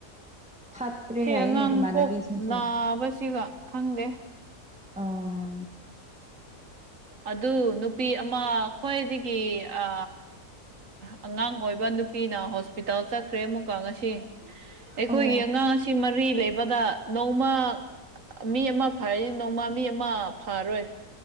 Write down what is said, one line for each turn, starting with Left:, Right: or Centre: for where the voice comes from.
Centre: ꯐꯠꯇ꯭ꯔꯦ
Right: ꯁꯤ
Centre: ꯍꯥꯏꯌꯦꯅꯦ
Right: ꯑꯉꯥꯡ
Centre: ꯏꯃꯥꯟꯅꯕꯤꯁꯤꯡꯁꯨ
Right: ꯕꯨꯛ ꯅꯥꯕꯁꯤꯒ ꯈꯪꯗꯦ
Centre: ꯑ
Right: ꯑꯗꯨ ꯅꯨꯄꯤ ꯑꯃ ꯈ꯭ꯋꯥꯏꯗꯒꯤ ꯑ ꯑꯉꯥꯡ ꯑꯣꯏꯕ ꯅꯨꯄꯤꯅ ꯍꯣꯁꯄꯤꯇꯥꯜ ꯆꯠꯈ꯭ꯔꯦ ꯑꯃꯨꯛꯀ ꯉꯁꯤ ꯑꯩꯈꯣꯏꯒꯤ
Centre: ꯑꯣ
Right: ꯑꯉꯥꯡꯁꯤ ꯃꯔꯤ ꯂꯩꯕꯗ ꯅꯣꯡꯃ ꯃꯤ ꯑꯃ ꯐꯔꯗꯤ ꯅꯣꯡꯃ ꯃꯤ ꯑꯃ ꯐꯔꯣꯏ